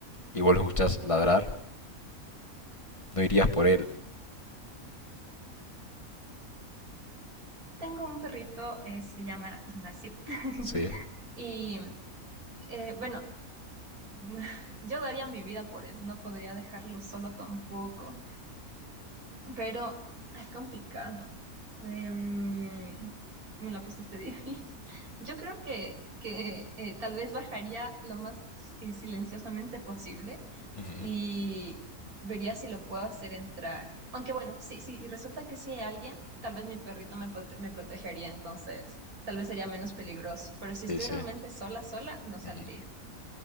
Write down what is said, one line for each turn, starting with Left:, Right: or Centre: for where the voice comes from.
Left: y vos lo escuchas ladrar, no irías por él,
Right: Tengo un perrito, eh, se llama Ignacio. <laughs>
Left: ¿sí?
Right: Y eh, bueno, <laughs> yo daría mi vida por él, no podría dejarlo solo tampoco, pero es complicado. Em, me la pusiste <laughs> difícil. Yo creo que, que eh, tal vez bajaría lo más si- eh, silenciosamente posible
Left: Ujú.
Right: y vería si lo puedo hacer entrar. Aunque bueno, si, si resulta que sí hay alguien, tal vez mi perrito me, prote- me protegería, entonces tal vez sería menos peligroso. Pero si estoy
Left: Sí, sí.
Right: realmente sola, sola, no saldría.
Left: Ujú.